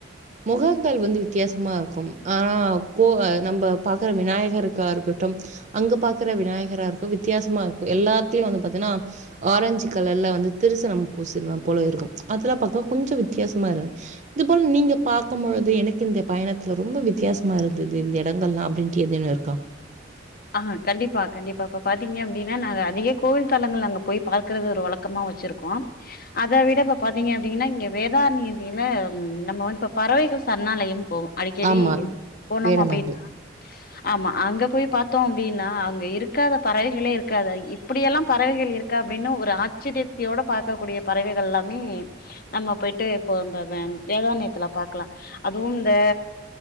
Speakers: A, on the right; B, on the left.
A: மொகங்கள் வந்து வித்தியாசமா இருக்கும் ஆனா கோ நம்ப பாக்குற விநாயகருக்கா இருக்கட்டும் அங்க பாக்குற விநாயகராக இருக்கும் வித்தியாசமா இருக்கும் எல்லாத் த்தி வந்து பாத்தீன்னா ஆரஞ்சு கலர்ல வந்து திருசனம் பூசின போல இருக்கும் அதெல்லா பாக்க கொஞ்ச வித்தியாசமா இருந் இது போல நீங்க பாக்கும் பொழுது எனக்கு இந்த பயணத்துல ரொம்ப வித்தியாசமா இருந்தது இந்த இடங்கள்லா அப்டின்ட்டு எதேனும் இருக்கா
B: ஆ கண்டிப்பா கண்டிப்பா இப்ப பாத்தீங்க அப்டின்னா நாங்க அதிக கோவில் தளங்கள் அங்க போய் பாக்கறது ஒரு வழக்கமா வச்சிருக்கோ அத விட இப்ப பாத்தீங்க அப்டின்னா இங்க வேதாரண்யதியில நம்ம வந்து இப்ப பறவைகள் சரணாலயம் போவோம் அடிக்கடி
A: ஆமா.
B: போனோம்
A: வேடந்தாங்கல்.
B: அப்டின்னா ஆமா அங்க போய் பா அப்டின்னா அங்க இருக்காத பறவைகளே இருக்காது இப்பிடி எல்லா பறவைகள் இருக்கா அப்டின்னு ஒரு ஆச்சரியத்தியோட பாக்கக்கூடிய பறவைகள் எல்லாமே நம்ம போயிட்டு இப்போ இந்த வேதாரண்யத்துல பாக்கலா அதுவு இந்த